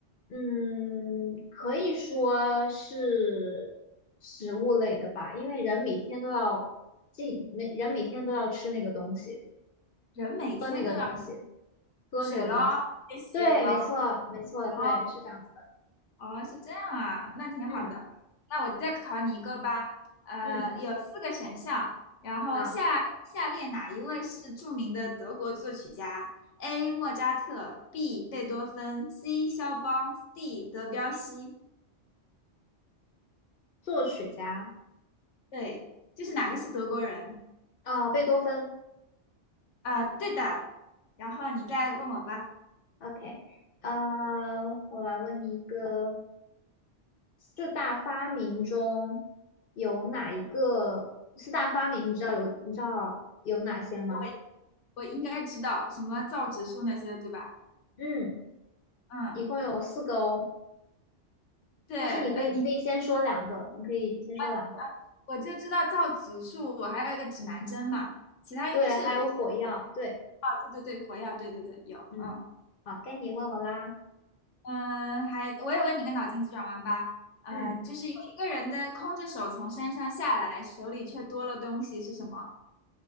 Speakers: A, on the left; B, on the left.
A: 嗯，可以说是食物类的吧，因为人每天都要进，每人每天都要吃那个东西，
B: 人每天都要
A: 喝那个东西，喝那个东西。
B: 水咯，越洗越脏。
A: 对，没错，没错，
B: 哦
A: 对，是这样子的。
B: 哦，是这样啊，那挺好的。
A: 嗯
B: 那我再考你一个吧，呃，
A: 嗯，
B: 有四个选项，然后下下列哪一位是著名的德国作曲家？A.
A: 好，
B: 莫扎特，B. 贝多芬，C. 肖邦，D. 德彪西。
A: 作曲家，
B: 对，就是哪个是德国人？
A: 啊，贝多芬。
B: 啊，对的。然后你再问我吧，
A: OK，呃，我来问你一个，四大发明中有哪一个？四大发明你知道有你知道有哪些吗？
B: 我我应该知道什么造纸术那些，对吧？
A: 嗯。
B: 嗯，
A: 一共有四个哦，
B: 对，
A: 但是你可以，
B: 呃，你
A: 你可以先说两个，你可以先说两个。
B: 啊，我就知道造指数，还有一个指南针嘛，其他应该是
A: 对，还有火药。对，
B: 啊，对对对，火药，对对对，有，
A: 嗯，
B: 嗯
A: 好，该你问我啦。
B: 嗯，呃还我也问你个脑筋急转弯吧，呃，
A: 嗯，
B: 就是有一个人的空着手从山上下来，手里却多了东西是什么？